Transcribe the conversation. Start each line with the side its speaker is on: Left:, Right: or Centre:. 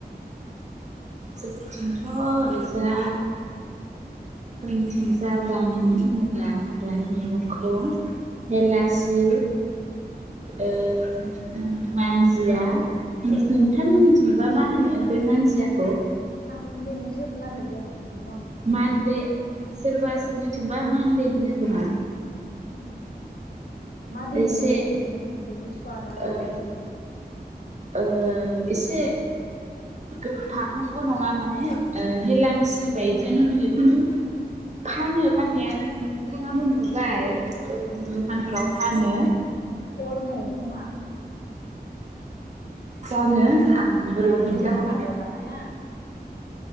Right: जोंनिथिंथ' ओरैजा जोंथिं जा जा मोनो होनोब्ला हाग्रानि मैगंखौ हेलासि ओ मान्जिया नोंथांमोननिथिंबा मा होनो बे मानजियाखौ
Left: आं दिनैसो खोनाफेरदों बे
Right: मानदे सोरबा सोरनिथिंबा मानदे होनो खोमा
Left: ए मादि
Right: एसे
Left: इयो बेनि बेनि सुवादा
Right: ओ
Left: मादि जायो।
Right: ओ इसे गोफाहांबो नंङा माने हेलांसि बायदियानो नुयो खिन्थु फानो फाननाया नोंथांङाबो नुबाय दखानफोराव फानो
Left: गलमु खोमा
Right: जानो
Left: दा
Right: आं बोरै
Left: दाउदैजों
Right: खोन्थाबावनो
Left: भाजा जानाया